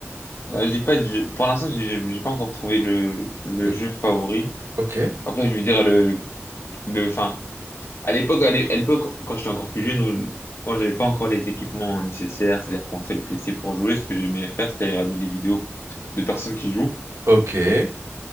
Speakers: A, on the left (about 60°); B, on the right (about 85°).
A: Euh, j'ai pas de jeu- Pour l'instant, j'ai j'ai j'ai pas encore trouvé le, le
B: Le-
A: jeu favori.
B: Ok,
A: Après, je vais dire le, le, enfin, à l'époque, à l'é- à l'époque, quand j'étais encore plus jeune ou quand j'avais pas encore les équipements nécessaires, c'est-à-dire console PC pour jouer, ce que j'aimais faire, c'était regarder des vidéos de personnes qui jouent.
B: ok.